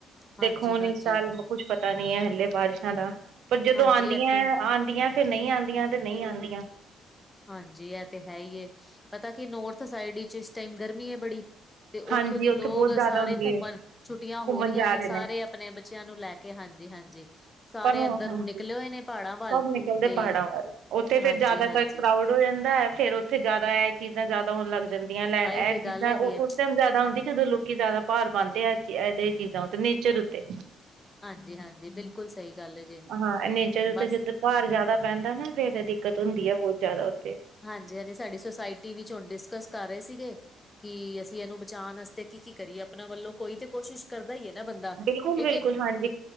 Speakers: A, on the left; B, on the right.
A: ਹਾਂਜੀ-ਹਾਂਜੀ,
B: ਦੇਖੋ ਹੁਣ ਇਸ ਸਾਲ ਕੁੱਛ ਪਤਾ ਨੀ ਹੈ ਹਲੇ ਬਾਰਿਸ਼ਾਂ ਦਾ। ਪਰ
A: ਹਾਂਜੀ ਹਾਂਜੀ
B: ਜਦੋਂ ਆਉਂਦੀਆਂ
A: ਇੱਥੇ
B: ਆਉਂਦੀਆਂ, ਫੇਰ ਨਹੀਂ ਆਉਂਦੀਆਂ ਤੇ ਨਹੀਂ ਆਉਂਦੀਆਂ।
A: ਹਾਂਜੀ ਇਹ ਤੇ ਹੈ ਹੀ ਹੈ, ਪਤਾ ਕੀ ਨੋੌਰਥ ਸਾਈਡ ਵਿਚ ਇਸ ਟਾਈਮ ਗਰਮੀ ਹੈ ਬੜੀ। ਤੇ
B: ਹਾਂਜੀ
A: ਉੱਥੋਂ ਦੀ
B: ਉੱਥੇ
A: ਲੋਕ
B: ਬਹੁਤ ਜ਼ਿਆਦਾ
A: ਸਾਰੇ
B: ਹੁੰਦੀ
A: ਘੁੰਮਣ,
B: ਹੈ
A: ਛੁੱਟੀਆਂ ਹੋ
B: ਘੁੰਮਣ
A: ਰਹੀਆਂ
B: ਜਾ
A: ਨੇ
B: ਰਹੇ
A: ਸਾਰੇ ਆਪਣੇ ਬੱਚਿਆਂ ਨੂੰ ਲੈ ਕੇ, ਹਾਂਜੀ-ਹਾਂਜੀ। ਸਾਰੇ
B: ਪਰ ਹੁ,
A: ਇੱਧਰ
B: ਹਾਂਜੀ
A: ਨੂੰ ਨਿਕਲੇ ਹੋਏ ਨੇ ਪਹਾੜਾਂ ਵੱਲ
B: ਸਭ ਨਿਕਲਦੇ
A: ਤੇ
B: ਪਹਾੜਾਂ ਵਲ ਉੱਥੇ
A: ਹਾਂਜੀ-ਹਾਂਜੀ
B: ਫੇਰ ਜਿਆਦਾਤਰ ਕਰਾਉਡ ਹੋ ਜਾਂਦਾ ਹੈ ਫੇਰ ਉੱਥੇ ਜਿਆਦਾ ਇਹ ਚੀਜ਼ਾਂ ਜ਼ਿਆਦਾ ਹੋਣ ਲੱਗ ਜਾਂਦੀ। ਇਹ
A: ਆਹੀ ਤੇ
B: ਚੀਜ਼,
A: ਗੱਲ
B: ਜਿੱਦਾਂ
A: ਹੈਗੀ
B: ਉਹ
A: ਹੈ।
B: ਉਸ ਟਾਈਮ ਜਿਆਦਾ ਹੁੰਦੀ ਜਦੋਂ ਲੋਕ ਕਿ ਜ਼ਿਆਦਾ ਭਾਰ ਪਾਂਦੇ ਆ, ਇਹ ਚੀਜ਼ਾਂ ਉਤੇ ਨੇਚਰ ਉੱਤੇ-
A: ਹਾਂਜੀ-ਹਾਂਜੀ ਬਿਲਕੁਲ, ਸਹੀ ਗੱਲ ਹੈ ਜੇ
B: ਹਾਂ ਐਨਾ
A: ਬਸ
B: ਤਾਂ ਜਿੱਦ, ਭਾਰ ਜ਼ਿਆਦਾ ਪੈਂਦਾ ਨਾ ਫੇਰ ਤੇ ਦਿੱਕਤ ਹੁੰਦੀ ਆ ਬਹੁਤ ਜ਼ਿਆਦਾ ਉੱਥੇ,
A: ਹਾਂਜੀ ਹਾਂਜੀ ਸਾਡੀ ਸੁੋਸਾਇਟੀ ਵਿਚ ਹੁਣ ਡਿਸਕਸ ਕਰ ਰਹੇ ਸੀਗੇ ਕਿ ਅਸੀਂ ਇਹਨੂੰ ਬਚਾਉਣ ਤੇ ਕੀ ਕੀ ਕਰੀਏ ਆਪਣਾ ਵੱਲੋਂ ਕੋਈ ਤੇ ਕੋਸ਼ਿਸ਼, ਕਰਦਾ ਹੀ ਹੈ ਨਾ ਬੰਦਾ
B: ਬਿਲਕੁਲ ਬਿਲਕੁਲ
A: ਇੱਕ ਹ
B: ਹਾਂਜੀ